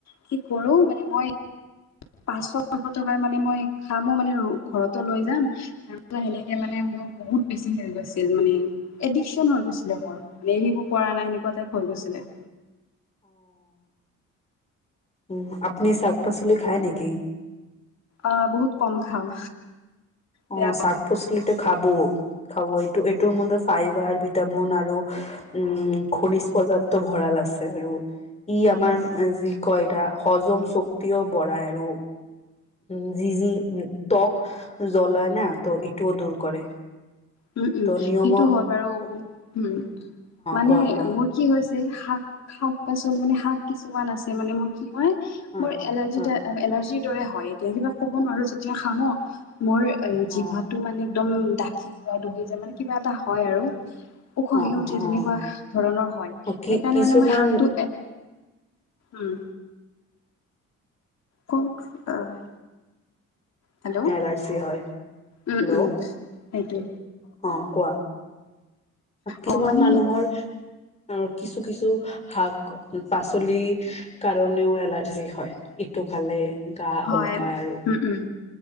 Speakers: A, on the left; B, on the left.
A: কি কৰো মানে মই পাঁচশ ছয়শটকাৰ মানে মই খামো মানে ঘৰতো লৈ যাম তাৰপিছত সেনেকে মানে। বহুত বেছি হৈ গৈছিল মানে এডিকচন হৈ গৈছিলে মোৰ মেব পৰা নাই এনেকুৱা টাইপ হৈ গৈছিলে।
B: উম, আপুনি ছাক-পাচলি খায় নেকি?
A: অ' বহুত কম খাওঁ। বেয়া
B: অ'
A: পাওঁ
B: ছাক-পোচলিতো খাব। খাব এইটো এইটোৰ মতে ফাইবাৰ ভিটামিন আৰু উম খনিজ পদাৰ্থ ভৰাল আছে আৰু ই আমাৰ যি কয় টা হজম শক্তিও বঢ়ায় আৰু উম যি - যি ত্বক জ্বলাই না? তো এইটোও দূৰ কৰে।
A: উম - উম,
B: ত নিয়ম
A: সেইটো
B: অ
A: হয় বাৰু। উম, মানে
B: কোৱা কোৱা
A: মোৰ কি হৈ ছে শাক- শাক- পাচলি মানে, শাক কিছুমান আছে মানে মোৰ কি হয়
B: হয়
A: মোৰ এলাৰ্জি
B: হয়
A: টা- এলাৰ্জিৰ দৰে হয় এতিয়া। কিবা ক'ব নোৱাৰোঁ যেতিয়া খাওঁ ন' মোৰ জিভাটো
B: অ
A: মানে একদম দাকি যায় দহি যায় মানে কিবা এটা হয় আৰু। উখহি
B: অ
A: আহি
B: অ
A: উঠে।
B: অ
A: তেনেকুৱা ধৰণৰ হয়।
B: অ
A: সেইকাৰণে
B: কি কিছুমান
A: মানে মই শাকটো এ উম। কওঁক অ'। হেল্ল'?
B: এলাৰ্জি হয়
A: উম
B: হেল্ল'
A: - উম, সেইটো।
B: অ কোৱা কিছুমান
A: অ মানে
B: মানুহৰ।
A: সেই
B: আৰু কিছু - কিছু শাক - পাচলি কাৰণেও এলাৰ্জি হয়। ইটো খালে গা
A: হয়,
B: হলকাই আৰু
A: উম - উম।